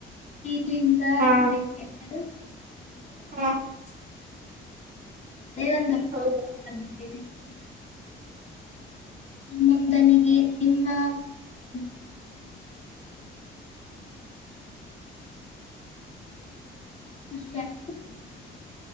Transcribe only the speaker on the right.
ಹಾ
ಹಾ
ಹೌದಾ